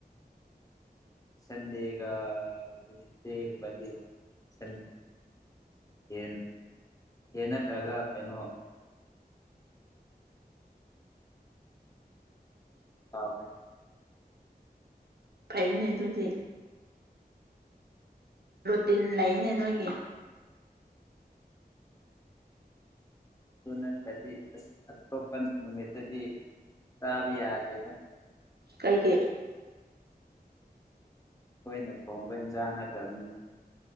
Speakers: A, on the left; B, on the right.
A: ꯁꯟꯗꯦꯒꯅꯟ ꯑꯦꯟ ꯌꯦ ꯅꯠꯇ꯭ꯔꯒ ꯀꯩꯅꯣ ꯑꯥꯎ
B: ꯐꯅꯦ ꯑꯗꯨꯗꯤ ꯔꯨꯇꯤꯟ ꯂꯩꯅꯦ ꯅꯣꯏꯒꯤ
A: ꯑꯗꯨꯅ ꯀꯗꯤ ꯑ ꯑꯣꯄ ꯅꯨꯃꯤꯠꯇꯗꯤ ꯁꯥꯕꯤ ꯌꯥꯗꯦꯗ
B: ꯀꯩ ꯀꯦ
A: ꯍꯣꯏꯅ ꯊꯣꯡꯕ ꯏꯟꯁꯥꯡ ꯅꯠꯇꯕꯅꯤꯅ